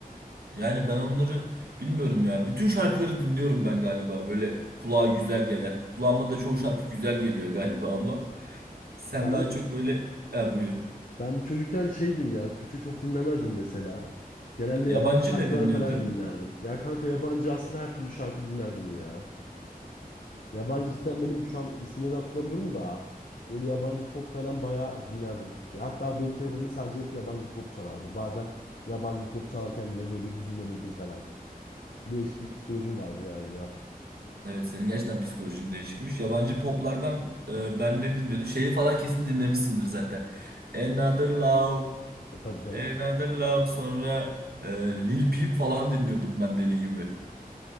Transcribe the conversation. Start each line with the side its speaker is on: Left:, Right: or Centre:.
Right: Yani ben onları bilmiyorum ya. Bütün şarkıları dinliyorum ben galiba. Böyle kulağa güzel gelen. Kulağıma da çoğu şarkı güzel geliyor galiba ama. <laughs> Sen
Left: Ben
Right: daha çok böyle... E, buyur.
Left: ben bir çocukken şeydim ya Türkçe çok dinlemezdim mesela. Genelde
Right: Yabancı
Left: yabancı şarkılar
Right: ne dinliyordun?
Left: falan dinlerdim. Ya kanka yabancı aslında her türlü şarkı dinlerdim ya. Yabancı cidden benim şu an isimleri hatırlamıyorum da böyle yabancı pop falan bayağı dinlerdim. Ki Hatta benim telefonumda sadece hep yabancı pop çalardı. Bazen yabancı pop çalarken bile böyle hüzünlenirdim falan. Değişik bir psikolojim vardı galiba.
Right: Evet senin gerçekten psikolojin değişikmiş. Yabancı poplardan e, ben ne dinliyordum? Şeyi falan kesin dinlemişsindir zaten. Another Love,
Left: E, Tabii canım.
Right: Another Love sonra e, Lil Peep falan dinliyordum ben deli gibi.